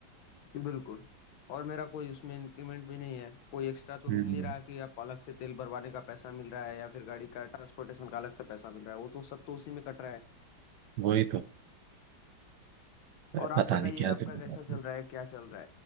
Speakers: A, on the left (about 85°); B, on the right (about 70°).
A: बिल्कुल और मेरा कोई उसमें इंक्रीमेंट भी नहीं है कोई एक्स्ट्रा तो
B: हम्म
A: मिल
B: हम्म,
A: नहीं
B: हम्म।
A: रहा कि आप अलग से तेल भरवाने का पैसा मिल रहा है या फिर गाड़ी का ट्रांसपोर्टेशन का अलग से पैसा मिल रहा है वो तो सब तो उसी में कट रहा है
B: वही तो
A: और आप
B: पता
A: बताइए
B: नहीं क्या
A: आपका
B: दिमाग
A: कैसा चल रहा है क्या चल रहा